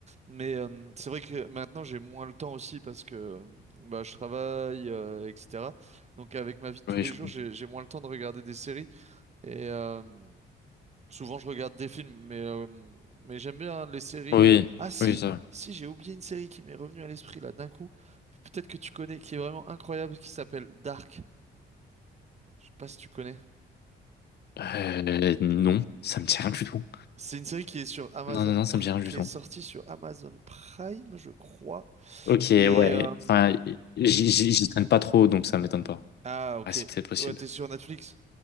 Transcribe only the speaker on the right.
Mais euh, c'est vrai que maintenant j'ai moins le temps aussi parce que euh, bah, je travaille, euh, etc. Donc avec ma vie de tous
les
jours,
j'ai, j'ai moins le temps de regarder des séries. Et, euh, Souvent, je regarde des films, mais, euh, mais j'aime bien les séries.
euh. Ah si,
si, j'ai oublié une série qui m'est revenue à l'esprit là d'un coup. Peut-être que tu connais, qui est vraiment incroyable, qui s'appelle Dark. Je sais pas si tu connais.
C'est une série qui est sur Amazon,
Pr-
qui
est sortie sur Amazon Prime, je crois.
Et euh,
ah ok,
ouais, t'es sur Netflix.